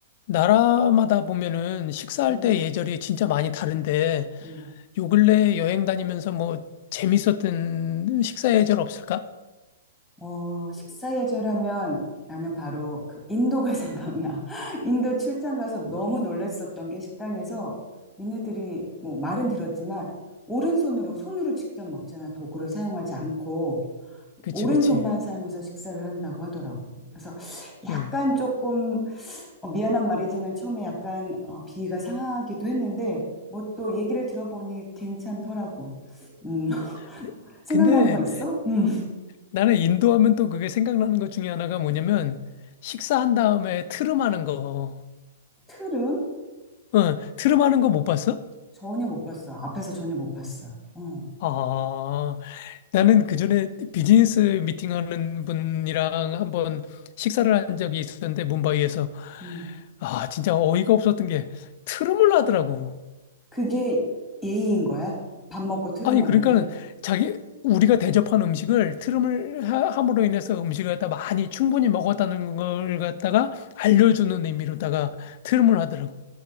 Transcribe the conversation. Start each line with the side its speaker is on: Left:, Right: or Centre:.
Left: 나라마다 보면은 식사할
Centre: 음?
Left: 때 예절이 진짜 많이 다른데
Centre: 음.
Left: 요 근래 여행 다니면서 뭐 재밌었던 식사 예절 없을까?
Centre: 어, 식사 예절하면 나는 바로 그 인도가 <laughs> 생각나. 인도 출장 가서 너무 놀랬었던 게 식당에서 얘네들이 뭐 말은 들었지만 오른손으로 손으로 직접 먹잖아. 도구를 사용하지 않고
Left: 그치,
Centre: 오른손만
Left: 그치.
Centre: 사용해서 식사를 한다고 하더라고. 그래서 약간
Left: 응.
Centre: 조금 어, 미안한 말이지만 처음에 약간 어, 비위가 상하기도 했는데 뭐 또 얘기를 들어보니 괜찮더라고. 음, <laughs>
Left: 그,
Centre: 생각나는
Left: 근데
Centre: 거 있어? 음.
Left: 나는 인도 하면 또 그게 생각나는 것 중에 하나가 뭐냐면 식사한 다음에 트름하는 거.
Centre: 트름?
Left: 응, 트름하는 거 못 봤어?
Centre: 전혀 못 봤어. 앞에서 전혀 못 봤어. 어,
Left: 아, 나는 그전에 비즈니스 미팅하는 분이랑 한번 식사를 한 적이 있었는데 뭄바이에서
Centre: 음.
Left: 아 진짜 어이가 없었던 게 트름을 하더라고.
Centre: 그게 예의인 거야? 밥 먹고 트름하는
Left: 아니 그러니까는
Centre: 게?
Left: 자기 우리가 대접한 음식을 트름을 하- 함으로 인해서 음식을 갖다 많이 충분히 먹었다는 걸 갖다가 알려주는 의미로다가 트름을 하더라고.